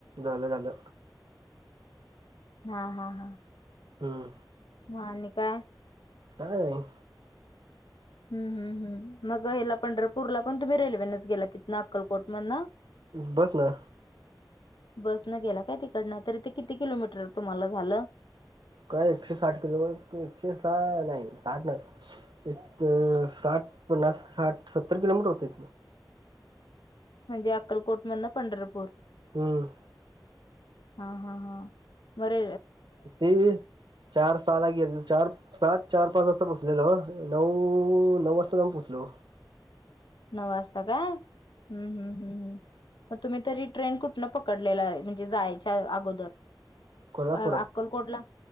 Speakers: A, on the right (about 80°); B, on the left (about 80°).
A: झालं झाल
B: हा हा हा
A: हम्म
B: मग आणि काय
A: काय नाही.
B: हम्म हम् हम मग हिला पंढरपूरला पण तुम्ही, रेल्वेनेच गेला तिथ अक्कलकोट मधन,
A: बस ना
B: बस न गेला काय तिकडनं तरी ते किती किलोमीटर तुम्हाला झालं,
A: काय एकशे साठ किलो एकशे सहा नाही. साठ ना एक साठ पन्नास साठ सत्तर किलोमीटर होते.
B: म्हणजे अक्कलकोट मधन पंढरपूर.
A: हम्म.
B: हा हा हा बरे
A: ते चार साला गेले चार पाच चार पाच वाजता बस दिलेल नव नऊ नऊ वाजता जाऊन पोहोचलो.
B: नऊ वास हो का हम्म हम्म हम्म हम्म. मग तुम्ही तरी ट्रेन कुठनं पकडलेला म्हणजे जायच्या अगोदर
A: कोल्हापुरात
B: अ अक्कलकोटला